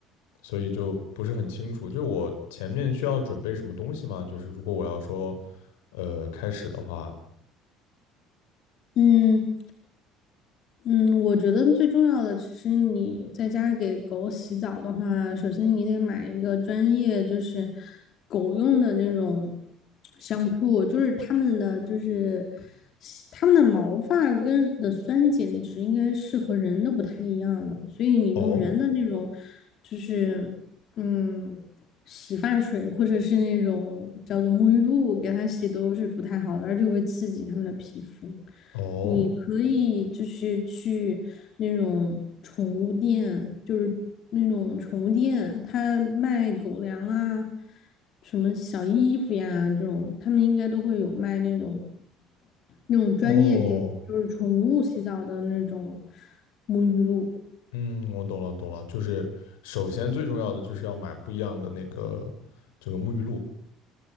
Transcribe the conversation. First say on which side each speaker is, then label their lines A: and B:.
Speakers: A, on the left; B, on the left.
A: 所以就不是很清楚。就我前面需要准备什么东西吗？就是如果我要说，呃，开始的话，
B: 嗯。嗯，我觉得最重要的，其实你在家给狗洗澡的话，首先你得买一个专业，就是狗用的那种香铺，就是他们的，就是他们的毛发跟的酸碱值应该是和人的不太一样的，所以你用人的那种，
A: 哦
B: 就是嗯，洗发水或者是那种叫做沐浴露给它洗都是不太好的，而且会刺激它们的皮肤。
A: 哦
B: 你可以就是去那种宠物店，就是那种宠物店，它卖狗粮啊，什么小衣服呀这种，他们应该都会有卖那种那种专业给就是宠物洗澡的那种
A: 哦，
B: 沐浴露。
A: 嗯，我懂了懂了，就是首先最重要的就是要买不一样的那个这个沐浴露，